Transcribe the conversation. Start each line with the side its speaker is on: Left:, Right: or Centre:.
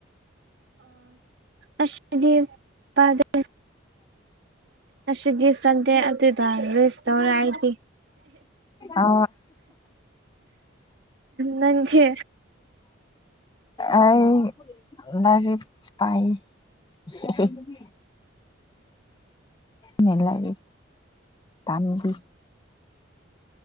Right: ꯑꯗꯤ ꯄꯗ ꯑꯁ ꯁ ꯆꯗꯦ ꯑ ꯔꯦꯁ ꯇꯧꯔ ꯑꯥꯏ
Left: ꯑ
Right: ꯅꯪꯗꯤ
Left: ꯑꯩ ꯂꯔꯤꯔꯤ ꯄꯥꯏ <unintelligible> ꯃ ꯂꯩꯒ ꯇꯝꯕꯤ